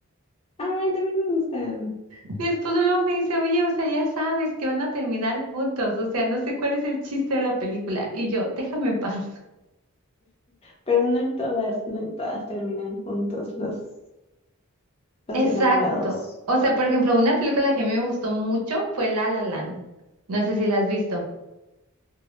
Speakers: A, on the left (about 25°); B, on the right (about 80°).
A: Ay, también me gustan,
B: <laughs> Mi esposo luego me dice, oye, o sea, ya sabes que van a terminar juntos, o sea, no sé cuál es el chiste de la película. Y yo, déjame en paz.
A: pero no en todas, no en todas terminan juntos los, los
B: Exacto.
A: enamorados.
B: O sea, por ejemplo, una película que a mí me gustó mucho fue La La Land. No sé si la has visto.